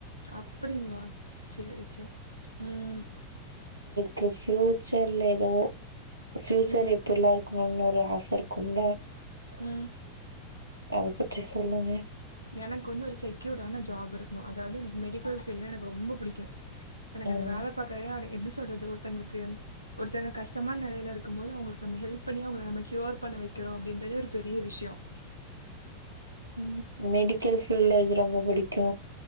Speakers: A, on the left; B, on the right.
A: அப்படிங்ளா செரி செ ம்
B: கு ஃப்யூச்சர்ல எதோ ஃப்யூச்சர்
A: ம்
B: எப்பிட்ல்லாருக் கோன்னு ஒரு ஆசருக் கும்ல
A: ம்
B: அத பற்றி சொல்லுங்க
A: எனக்கு வந்து ஒரு செக்யூர்டான ஜாப் இருக்கணும் அதாவது எனக்கு மெடிக்கல் ஃபீல்டல எனக்கு ரொம்ப புடிக்கும். எனக்கு
B: ம்
A: அது வேல <unintelligible> அடே எப்டி சொல்றது ஒருத்தங்ளுக்கு ஒருத்தங்க கஷ்டமான நிலையில இருக்கும் போது அவுங்ளுக்கு நம்ம ஹெல்ப் பண்ணி அவுங்கல நம்ம கியூர் பண்ண வைக்கிறோம் அப்படின்றதே ஒரு பெரிய விஷ்யம்.
B: <inaudible> மெடிக்கல் ஃபீல்ல இ ரொம்ப புடி <unintelligible>